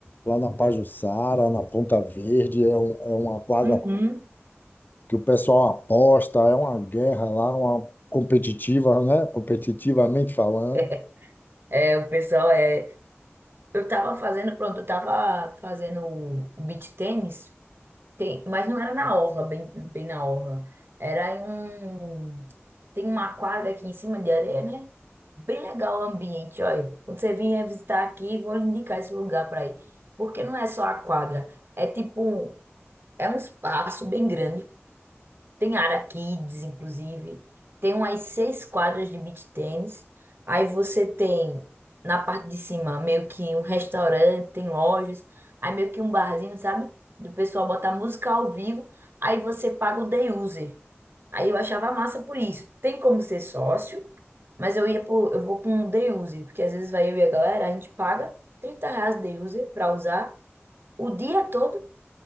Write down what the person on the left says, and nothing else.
lá na Pajuçara, na Ponta Verde. É, um- é uma quadra
que o pessoal aposta, é uma guerra lá, uma competitiva, né? Competitivamente falando.